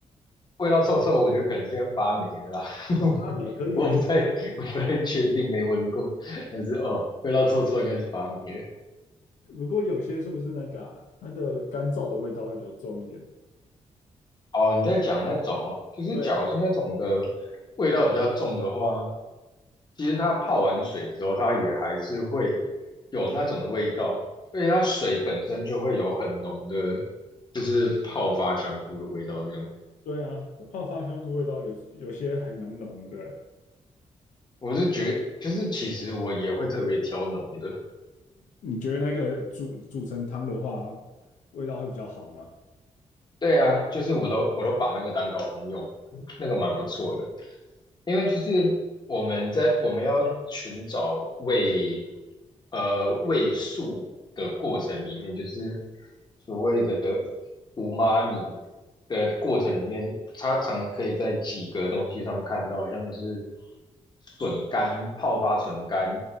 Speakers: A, on the left (about 35°); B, on the left (about 80°).
A: 味道臭臭，我觉得可能是因为发霉了啦，<laughs>
B: 它每颗有些，
A: 我不太我不太确定，没闻过，但是哦，味道臭臭应该是发霉了。
B: 不过有些是不是那个啊，它的干燥的味道会比较重一点？
A: 哦，你在讲那种哦，就是假如是那种的
B: 对啊，
A: 味道比较重的话，其实它泡完水之后，它也还是会有那种的味道，而且它水本身就会有很浓的，就是泡发香菇的味道。这样，
B: 对啊，泡发香菇味道有有些还蛮浓的欸
A: 我是觉就是其实我也会特别挑浓的。
B: 你觉得那个煮煮成汤的话，味道会比较好吗？
A: 对啊，就是我都我都把那个当高汤用，那个蛮不错的。因为就是我们在我们要寻找味呃味素的过程里面，就是所谓的无妈咪的过程里面，它常可以在几个东西上看到，像是笋干、泡发笋干，